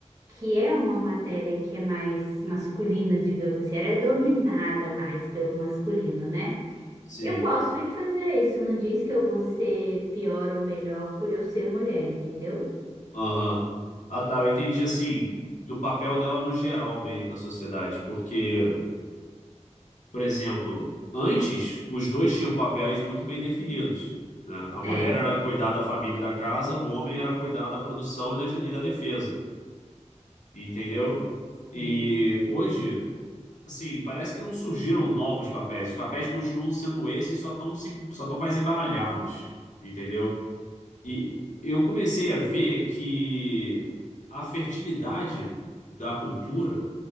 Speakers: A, on the right (about 30°); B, on the left (about 80°).
A: que é uma matéria que é mais masculina, digamos assim, ela é dominada mais pelo masculino, né?
B: Sim.
A: Eu posso ir fazer isso, não diz que eu vou ser pior ou melhor por eu ser mulher, entendeu?
B: Aham. Ah, tá. Eu entendi assim, do papel dela no geral mesmo na sociedade. Porque, por exemplo, antes os dois tinham papéis muito bem definidos. né? A mulher
A: É,
B: era cuidar da família e da casa, o homem era cuidar da produção e da, e da defesa. Entendeu? E
A: sim.
B: hoje, assim, parece que não surgiram novos papéis. Os papéis continuam sendo esses, só estão só estão mais embaralhados. Entendeu? E eu comecei a ver que a fertilidade da cultura,